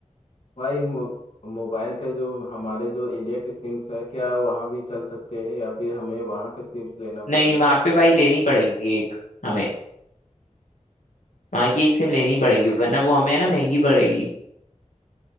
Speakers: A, on the left (about 55°); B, on the left (about 85°).
A: भाई मो- मोबाइल का जो हमारे जो इंडिया के सिम्स है क्या वहाँ भी चल सकते हैं या फिर हमें वहाँ के सिम्स लेना
B: नहीं
A: पड़ेगा
B: वहां पे भाई लेनी पड़ेगी एक हमें वहां की एक सिम लेनी पड़ेगी वरना वो हमें है ना महंगी पड़ेगी